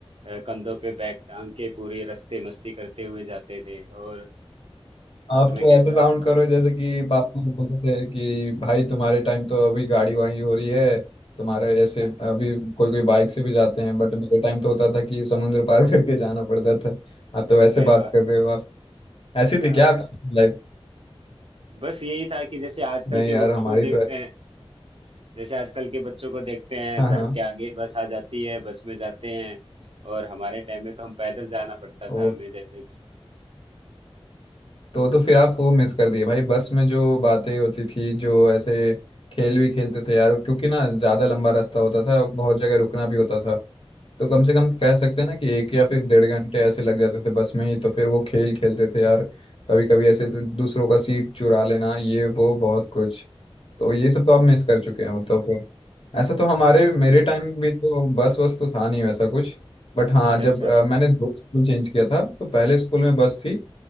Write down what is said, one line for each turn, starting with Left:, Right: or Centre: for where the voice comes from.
Right: अ, कंधों पे बैग टांग के पूरी रास्ते मस्ती करते हुए जाते थे और
Left: आप
Right: तुम्हें
Left: तो
Right: कैसा
Left: ऐसे साउंड करो जैसे कि पापा लोग बोलते थे कि भाई तुम्हारे टाइम तो अभी गाड़ी वाड़ी हो रही है तुम्हारे ऐसे
Right: <laughs>
Left: अभी कोई कोई बाइक से भी जाते हैं बट मेरे टाइम तो होता था कि समुद्र पार <laughs> करके जाना पड़ता था आप तो वैसे
Right: अरे
Left: बात
Right: वाह
Left: कर रहे हो आप ऐसी
Right: हाँ,
Left: थी क्या आपकी <laughs> लाइफ
Right: बस यही था कि जैसे आजकल
Left: नहीं
Right: के
Left: यार
Right: बच्चों
Left: हमारी
Right: को देखते
Left: तो
Right: हैं जैसे आजकल के बच्चों को देखते हैं
Left: हाँ
Right: घर
Left: हाँ
Right: के आगे बस आ जाती है बस में जाते हैं और हमारे टाइम में तो हम पैदल जाना पड़ता था
Left: वो
Right: हमें जैसे
Left: तो तो फिर आप वो मिस कर दिए भाई बस में जो बातें होती थी जो ऐसे खेल भी खेलते थे यार क्योंकि ना ज़्यादा लंबा रास्ता होता था बहुत जगह रुकना भी होता था तो कम से कम कह सकते हैं ना कि एक या फिर डेढ़ घंटे ऐसे लग जाते थे बस में ही तो फिर वो खेल खेलते थे यार कभी कभी ऐसे दूसरों का सीट चुरा लेना ये वो बहुत कुछ तो ये सब तो आप मिस कर चुके हैं मतलब तो ऐसा तो हमारे
Right: हाँ
Left: मेरे टाइम भी तो बस वस तो था नहीं वैसा कुछ बट हाँ
Right: अच्छा
Left: जब
Right: अच्छा
Left: अ, मैंने दो स्कूल चेंज किया था तो पहले स्कूल में बस थी